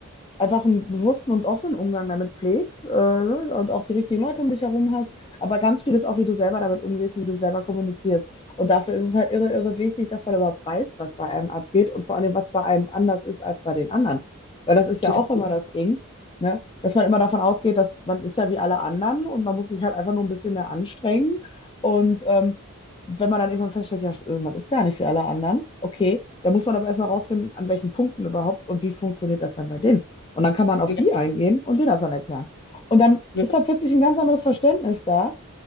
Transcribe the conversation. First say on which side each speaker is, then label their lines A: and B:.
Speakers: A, on the left; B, on the left.
A: einfach einen bewussten und offenen Umgang damit pflegst, äh, ne, und auch die richtigen Leute um dich herum hast, aber ganz viel ist auch, wie du selber damit umgehst und wie du selber kommunizierst. Und dafür ist es halt irre, irre wichtig, dass man überhaupt weiß, was bei einem abgeht und vor allem, was bei einem anders ist als bei den anderen. Weil das ist ja
B: Total.
A: auch immer das Ding, ne? Dass man immer davon ausgeht, dass man ist ja wie alle anderen und man muss sich halt einfach nur ein bisschen mehr anstrengen. Und ähm, wenn man dann irgendwann feststellt, ja, äh, man ist gar nicht wie alle anderen, okay, dann muss man aber erstmal rausfinden, an welchen Punkten überhaupt und wie funktioniert das dann bei denen. Und dann kann man auf
B: Ja.
A: die eingehen und denen das dann erklären. Und dann
B: ja.
A: ist da plötzlich ein ganz anderes Verständnis da.